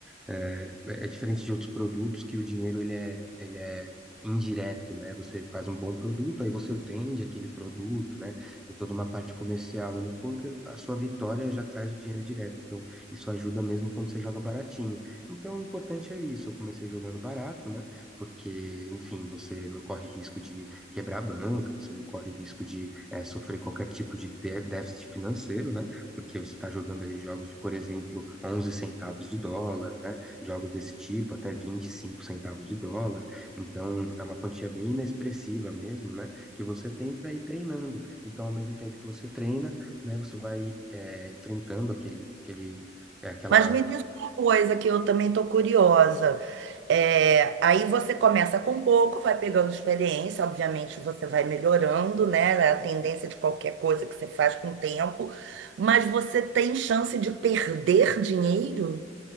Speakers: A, in the centre; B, on the right.
A: É, é diferente de outros produtos que o dinheiro ele é, ele é indireto, né? Você faz um bom produto, aí você vende aquele produto, né? Tem toda uma parte comercial. E no poker, a sua vitória já traz o dinheiro direto. Então, isso ajuda mesmo quando você joga baratinho. Então, o importante é isso. Eu comecei jogando barato, né? Porque, enfim, você não corre risco de quebrar a banca, você não corre risco de é, sofrer qualquer tipo de dé- déficit financeiro, né? Porque você está jogando ali jogos de, por exemplo, 11 centavos de dólar, né? jogos desse tipo, até 25 centavos de dólar. Então, é uma quantia bem inexpressiva mesmo, né? Que você tem para ir treinando. Então, ao mesmo tempo que você treina, né, você vai é, enfrentando aquele, aquele, é, aquela.
B: Mas me diz uma coisa que eu também estou curiosa. É, aí você começa com pouco, vai pegando experiência, obviamente você vai melhorando, né? É a tendência de qualquer coisa que você faz com o tempo, mas você tem chance de perder dinheiro?